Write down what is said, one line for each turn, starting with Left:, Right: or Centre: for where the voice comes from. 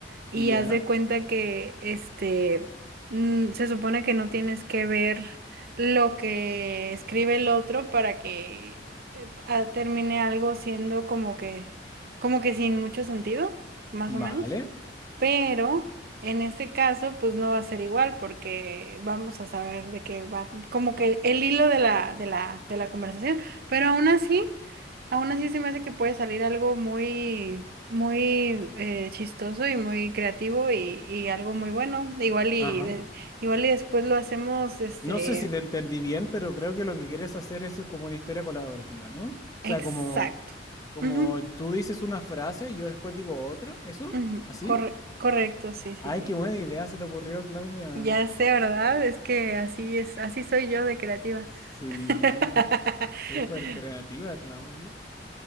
Right: y
Left: ya,
Right: haz de cuenta que este mm, se supone que no tienes que ver lo que escribe el otro para que eh, ah, termine algo siendo como que, como que sin mucho sentido, más
Left: vale,
Right: o menos. Pero en este caso, pues no va a ser igual porque vamos a saber de qué va, como que el hilo de la, de la, de la conversación. Pero aún así, aún así se me hace que puede salir algo muy, muy eh, chistoso y muy creativo y, y algo muy bueno. Igual y,
Left: ajá.
Right: de- igual y después lo hacemos, este,
Left: No sé si te entendí bien, pero creo que lo que quieres hacer es como una historia colaborativa, ¿no? O
Right: exacto.
Left: sea, como, como
Right: Ujú,
Left: tú dices una frase y yo después digo otra, ¿eso?
Right: ujú,
Left: ¿Así?
Right: corre- correcto, sí, sí,
Left: Ay,
Right: sí.
Left: qué buena idea se te ocurrió, Claudia.
Right: Ya sé, ¿verdad? Es que así es, así soy yo de creativa.
Left: Sí,
Right: <laughs>
Left: súper creativa, Claudia.